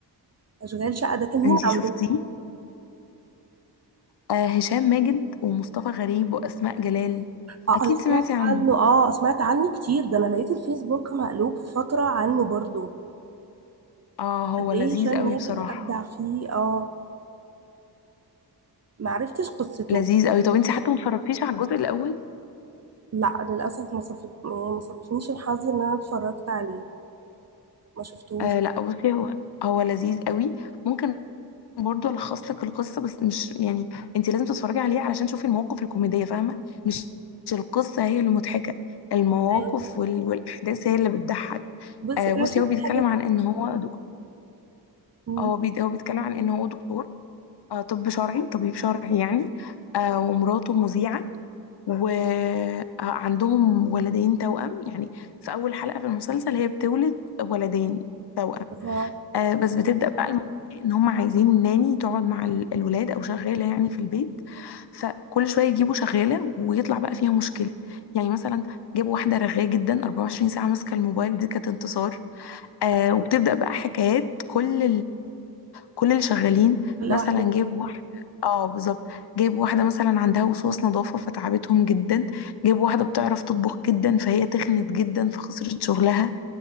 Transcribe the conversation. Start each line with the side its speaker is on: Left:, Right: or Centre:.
Right: اشغال شقه ده كان مين
Left: انتي
Right: عامله
Left: شفتيه آه هشام ماجد ومصطفى غريب واسماء جلال
Right: اه
Left: اكيد
Right: انا سمعت
Left: سمعتي عنه
Right: عنه اه سمعت عنه كتير ده انا لقيت الفيسبوك مقلوب في فتره عنه برضو
Left: اه هو
Right: قد ايه
Left: لذيذ
Right: هشام
Left: قوي
Right: ماجد
Left: بصراحة
Right: ابدع فيه اه ما عرفتش قصته
Left: لذيذ قوي طب انت حتى ما اتفرجتيش على الجزء الاول
Right: لا للاسف ما صف... يعني ما صادفنيش الحظ ان انا اتفرجت عليه ما شفتوش
Left: آه لا بصي هو هو لذيذ قوي ممكن برضو الخص لك القصة بس مش يعني انت لازم تتفرجي عليه علشان تشوفي المواقف الكوميدية فاهمة مش مش القصة هي اللي مضحكة المواقف
Right: ايوه
Left: وال... والاحداث هي اللي بتضحك
Right: بصي
Left: آه
Right: انا
Left: بصي
Right: شفت
Left: هو بيتكلم
Right: حاجات
Left: عن ان هو دكتور
Right: مم.
Left: هو بي... هو بيتكلم عن ان هو دكتور آه طب شرعي طبيب شرعي يعني آه ومراته مذيعة وعندهم ولدين توأم يعني في أول حلقة في المسلسل هي بتولد ولدين توأم
Right: اها
Left: آه بس بتبدأ بقى الموضوع إن هم عايزين ناني تقعد مع ال- الولاد أو شغالة يعني في البيت فكل شوية يجيبوا شغالة ويطلع بقى فيها مشكلة يعني مثلا جابوا واحدة رغاية جدا 24 ساعة ماسكة الموبايل دي كانت انتصار آه
Right: أيوة.
Left: وبتبدأ بقى حكايات كل كل اللي شغالين
Right: كل
Left: مثلا
Right: واحده
Left: جايب
Right: فيهم.
Left: واحدة اه بالظبط جايب واحدة مثلا عندها وسواس نظافة فتعبتهم جدا جايب واحدة بتعرف تطبخ جدا فهي تخنت جدا فخسرت شغلها